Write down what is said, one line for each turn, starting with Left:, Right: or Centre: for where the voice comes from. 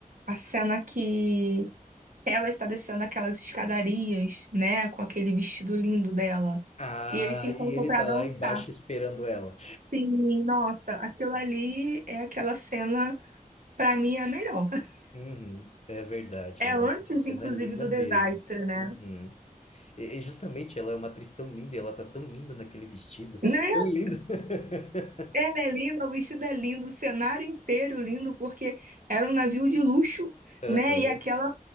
Right: a cena que ela está descendo aquelas escadarias, né, com aquele vestido lindo dela,
Left: Ah,
Right: e eles se encontram
Left: e ele
Right: para
Left: tá
Right: dançar.
Left: lá embaixo esperando ela.
Right: Sim, nossa, aquilo ali é aquela cena, para mim, é a melhor. <laughs>
Left: Uhum, é verdade,
Right: É
Left: mano.
Right: antes,
Left: Uma cena
Right: inclusive,
Left: linda
Right: do
Left: mesmo.
Right: desastre, né?
Left: Uhum. E, e justamente ela é uma atriz tão linda, e ela tá tão linda naquele vestido.
Right: Né?
Left: Tão linda. <laughs>
Right: Ela é linda, o vestido é lindo, o cenário inteiro lindo, porque era um navio de luxo,
Left: Aham.
Right: né? E aquela